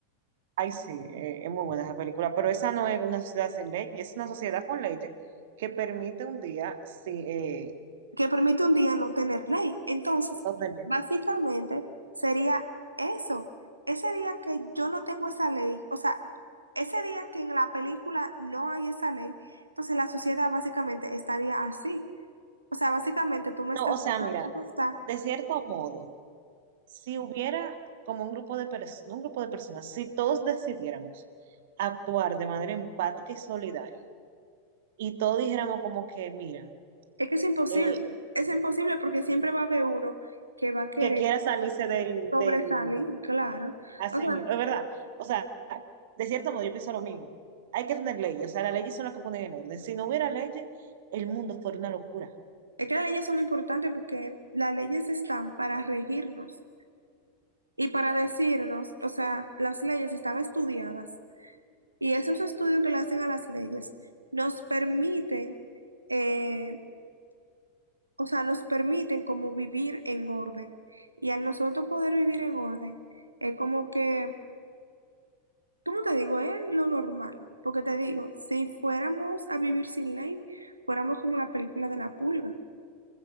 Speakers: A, on the right; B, on the right.
A: Ay, sí, eh, es muy buena esa película, pero esa no es una sociedad sin leyes, es una sociedad con leyes que permite un día, sí, eh,
B: Que permite un día no tener ley. Entonces,
A: no tener-
B: básicamente sería eso. Ese día que yo no tengo esa ley, o sea, ese día que en la película no hay esa ley, entonces la sociedad básicamente estaría así. O sea, básicamente tú me estás
A: No, o sea,
B: dando
A: mira,
B: la potestad.
A: de cierto modo. Si hubiera como un grupo de personas, un grupo de personas, si todos decidiéramos actuar de manera empática y solidaria, y todos dijéramos como que, mira,
B: Es que es imposible.
A: eh,
B: Es imposible porque siempre va a haber uno que va a querer.
A: que quiera salirse del,
B: Sobresalir,
A: del,
B: claro.
A: así
B: O sea,
A: mismo, es verdad. O sea, de cierto modo yo pienso lo mismo. Hay que tener leyes, o sea, las leyes son las que ponen el orden. Si no hubiera leyes, el mundo fuera una locura.
B: es que las leyes son importantes porque las leyes están para regirnos y para decirnos, o sea, las leyes están estudiadas y esos estudios que le hacen a las leyes nos permiten, eh, o sea, nos permiten como vivir en orden. Y al nosotros poder vivir en orden, es como que, ¿cómo te digo? Es lo normal. Porque te digo, si fuéramos a vivir sin ley, fuéramos como la película de la pulga.